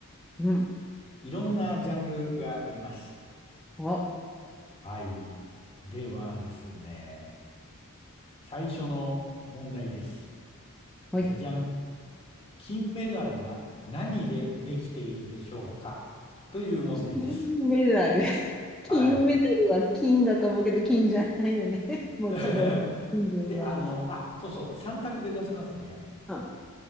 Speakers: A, in the centre; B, on the left.
A: うん
B: いろんなジャンルがあります。
A: あ、
B: はい。ではですね、最初の問題です。
A: はい。
B: じゃじゃん。金メダルは何でできているでしょうかという問題です。
A: 金メダル。金メダルは金だと思うけど、
B: はい。
A: 金じゃないよね。<laughs> もちろん、
B: <laughs>
A: 金は。
B: で、あの、あ、そうそう、3択で出しますね。
A: あ、